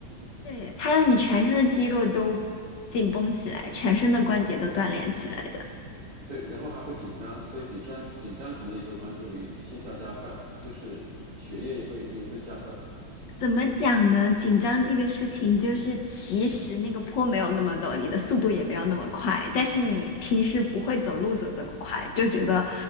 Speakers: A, on the left; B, on the right.
A: 对，它让你全身的肌肉都紧绷起来，全身的关节都锻炼起来的。
B: 对，然后还会紧张，所以紧张紧张可能也会帮助你心跳加快，就是血液也会流通加快。
A: 怎么讲呢？紧张这个事情，就是其实那个坡没有那么陡，你的速度也没有那么快，但是你平时不会走路走这么快，就觉得